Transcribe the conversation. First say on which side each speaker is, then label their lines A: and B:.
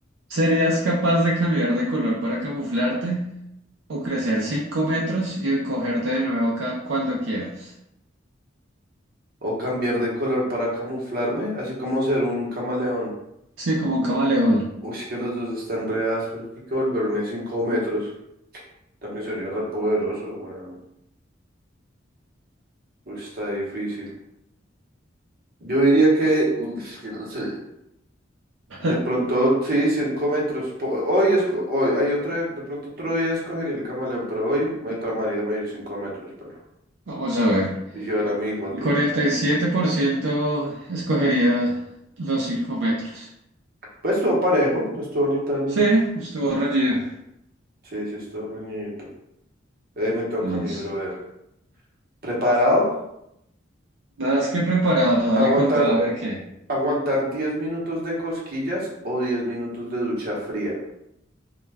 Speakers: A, on the right; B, on the right.
A: serías capaz de cambiar de color para camuflarte o crecer 5 metros y cogerte de nuevo ca- cuando quieras?
B: O cambiar de color para camuflarme, así como ser un camaleón.
A: Sí, como un camaleón.
B: Uy, que los dos están re ásperos, porque volverme 5 metros. También sería re poderoso, weón. Uy, Está difícil. Yo diría que, mm, es que no sé,
A: <laughs>
B: de pronto sí, 5 metros. po- Hoy, esco- hoy hay otro día- de pronto otro día escogería el camaleón, pero hoy me tramaría medir 5 metros, pero.
A: Vamos a ver.
B: Y llevar a mi hijo a tuta.
A: El 47% escogería los 5 metros.
B: Pues todo parejo, no estuvo ni tan...
A: Sí, estuvo reñido.
B: Sí, sí, estuvo reñidito. Eh, me toca
A: Listo.
B: a mi brother. ¿Preparado?
A: Nada más que preparado, dale
B: ¿Aguantar,
A: con todo a ver qué.
B: aguantar 10 minutos de cosquillas o 10 minutos de ducha fría?